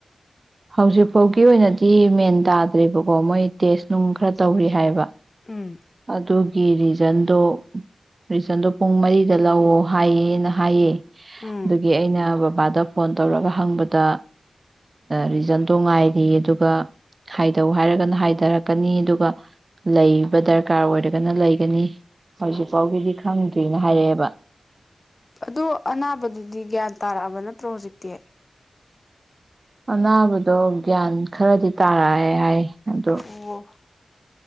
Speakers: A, on the right (about 45°); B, on the left (about 35°).
A: ꯍꯧꯖꯤꯛꯐꯥꯎꯒꯤ ꯑꯣꯏꯅꯗꯤ ꯃꯦꯟ ꯇꯥꯗ꯭ꯦꯕꯀꯣ ꯃꯣꯏ ꯇꯦꯁ ꯅꯨꯡ ꯈꯔ ꯇꯧꯔꯤ ꯍꯥꯏꯕ
B: ꯎꯝ
A: ꯑꯗꯨꯒꯤ ꯔꯤꯖꯟꯗꯣ ꯔꯤꯖꯟꯗꯣ ꯄꯨꯡ ꯃꯔꯤꯗ ꯂꯧꯋꯣ ꯍꯥꯏꯌꯦꯅ ꯍꯥꯏꯌꯦ
B: ꯎꯝ
A: ꯑꯗꯨꯒꯤ ꯑꯩꯅ ꯕꯕꯥꯗ ꯐꯣꯟ ꯇꯧꯔꯒ ꯍꯪꯕꯗ ꯔꯤꯖꯟꯗꯣ ꯉꯥꯏꯔꯤ ꯑꯗꯨꯒ ꯍꯥꯏꯗꯧ ꯍꯥꯏꯔꯒꯅ ꯍꯥꯏꯊꯔꯛꯀꯅꯤ ꯑꯗꯨꯒ ꯂꯩꯕ ꯗꯔꯀꯥꯔ ꯑꯣꯏꯔꯒꯅ ꯂꯩꯒꯅꯤ ꯍꯧꯖꯤꯛꯐꯥꯎꯒꯤꯗꯤ ꯈꯪꯗ꯭ꯔꯤꯅ ꯍꯥꯏꯔꯛꯑꯦꯕ
B: ꯑꯗꯨ ꯑꯅꯥꯕꯗꯨꯗꯤ ꯒ꯭ꯌꯥꯟ ꯇꯥꯔꯛꯑꯕ ꯅꯠꯇ꯭ꯔꯣ ꯍꯧꯖꯤꯛꯇꯤ
A: ꯑꯅꯥꯕꯗꯣ ꯒ꯭ꯌꯥꯟ ꯈꯔꯗꯤ ꯇꯥꯔꯛꯑꯦ ꯍꯥꯏ ꯑꯗꯣ
B: ꯑꯣ